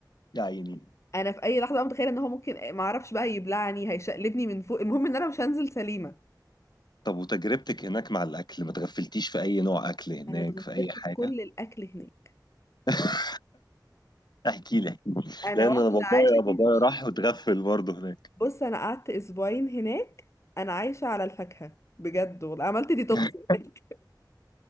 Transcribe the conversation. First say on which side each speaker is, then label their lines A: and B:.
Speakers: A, on the left; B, on the left.
A: يا عيني
B: انا في اي لحظه بقى متخيله ان هو ممكن ما اعرفش بقى يبلعني هيشقلبني من فوق المهم ان انا مش هنزل سليمه
A: طب وتجربتك هناك مع الأكل ما تغفلتيش في أي نوع أكل هناك
B: انا اتغفلت
A: في أي حاجة
B: في كل الاكل هناك
A: <laughs> احكي لي احكي لي.
B: انا
A: لأن
B: واحده
A: أنا بابايا
B: عايشه
A: بابايا
B: كده
A: راح واتغفل برضه هناك
B: بص انا قعدت اسبوعين هناك انا عايشه على الفاكهه بجد والله عملت ديتوكس
A: <laughs>
B: هناك. <laughs>